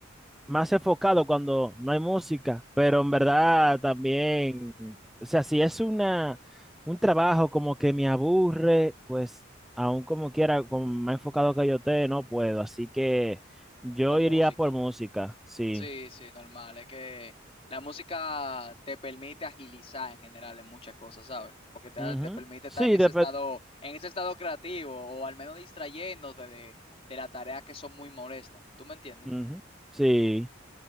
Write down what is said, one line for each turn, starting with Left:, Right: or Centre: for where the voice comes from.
Centre: más enfocado cuando no hay música, pero en verdad también, o sea, si es una, un trabajo como que me aburre, pues aún como quiera, como más enfocado que yo te, no puedo, así que yo
Left: Con
Centre: iría
Left: música.
Centre: por música, sí.
Left: Sí, sí, normal. Es que la música te permite agilizar en general en muchas cosas, ¿sabes? Porque te,
Centre: Ujú.
Left: da- te permite
Centre: Sí,
Left: estar en ese
Centre: depe-
Left: estado, en ese estado creativo, o al menos distrayéndote de, de las tareas que son muy molestas. ¿Tú me entiendes?
Centre: Ujú. Sí,